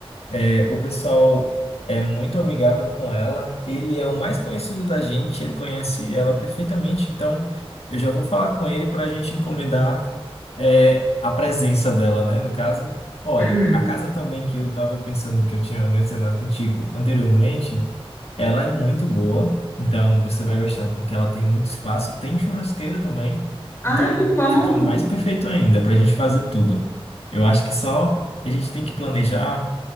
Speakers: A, on the left; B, on the left.
A: É, o pessoal é muito amigável com ela. Ele é o mais conhecido da gente, ele conhece ela perfeitamente. Então, eu já vou falar com ele para a gente encomendar, é, a presença dela, né? No caso, olha,
B: uhum.
A: a casa também que eu estava pensando, que eu tinha mencionado contigo anteriormente, ela é muito boa. Então, você vai gostar porque ela tem muito espaço, tem churrasqueira também.
B: Ai,
A: Então,
B: que bom!
A: fica mais perfeito ainda para a gente fazer tudo. Eu acho que só a gente tem que planejar